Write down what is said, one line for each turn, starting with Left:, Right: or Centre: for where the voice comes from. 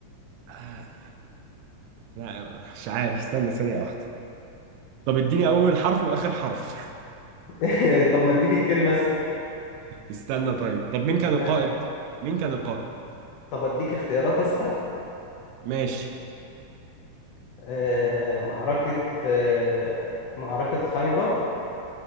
Right: آه، لا مش عارف استنى ثانية واحدة طب اديني أول حرف وآخر حرف
Left: <laughs> طب ما اديك الكلمة أسهل
Right: استنى طيب طب مين كان القائد؟
Left: أد-
Right: مين كان القائد؟
Left: طب اديك اختيارات أسهل
Right: ماشي
Left: آه، معركة آه، معركة خيبر